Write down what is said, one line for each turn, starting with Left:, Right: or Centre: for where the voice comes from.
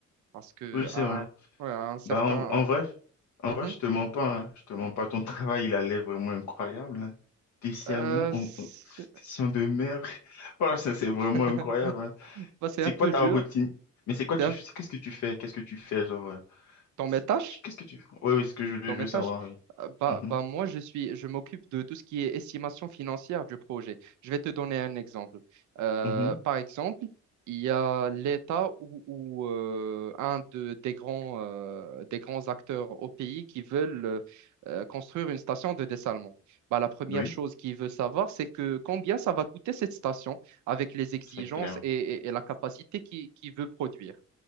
Right: parce que
Left: Oui, c'est
Right: à,
Left: vrai.
Right: un- ouais, à un certain
Left: Bah, en, en vrai, en
Right: Mhm.
Left: vrai, je te mens pas, hein. Je te mens pas. Ton <laughs> travail, il allait vraiment incroyable, hein. Discernement,
Right: Euh,
Left: on-
Right: c'est
Left: on- station de mer. <laughs> Voilà, ça, c'est
Right: <laughs>
Left: vraiment incroyable, hein.
Right: bah, c'est
Left: C'est
Right: un peu
Left: quoi ta
Right: dur.
Left: routine? Mais c'est quoi tu,
Right: C'est un-
Left: c'est- qu'est-ce que tu fais? Qu'est-ce que tu fais, genre, euh,
Right: dans
Left: c'est
Right: mes tâches.
Left: quoi tu, qu'est-ce que tu fais? Oui, oui, ce que je veux,
Right: dans
Left: je
Right: mes
Left: veux savoir,
Right: tâches,
Left: oui.
Right: euh, bah,
Left: Mhm,
Right: bah, moi, je suis, je m'occupe de tout ce qui est estimation financière du projet. Je vais te donner un exemple. Euh,
Left: mhm.
Right: par exemple, il y a l'État ou, ou, euh, un de, des grands, euh, des grands acteurs au pays qui veulent euh, euh, construire une station de dessalement. Bah, la première
Left: Oui,
Right: chose qu'ils veulent savoir, c'est que combien ça va coûter cette station avec les exigences
Left: c'est clair.
Right: et, et- et la capacité qu'il qu'il veut produire.